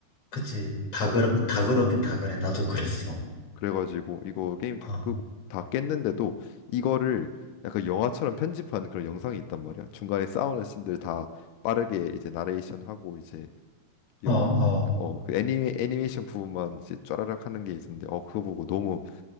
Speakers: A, on the left (about 40°); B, on the left (about 85°).
A: 그치. 다
B: 음.
A: 그러, 다 그러긴 다 그래. 나도 그랬어.
B: 그래가지고 이거 게임 다
A: 어,
B: 끄고 다 깼는데도 이거를 약간 영화처럼 편집한 그런 영상이 있단 말이야. 중간에 싸우는 씬들 다 빠르게 이제 나레이션 하고 이제 영화
A: 어, 어.
B: 어그 애니 애니메이션 부분만 이제 쫘라락 하는 게 있었는데 어 그거 보고 너무